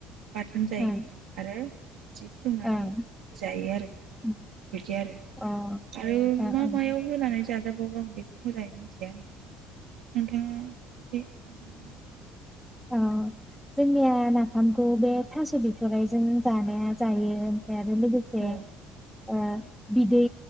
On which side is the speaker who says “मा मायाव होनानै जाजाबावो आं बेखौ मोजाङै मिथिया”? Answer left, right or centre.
Right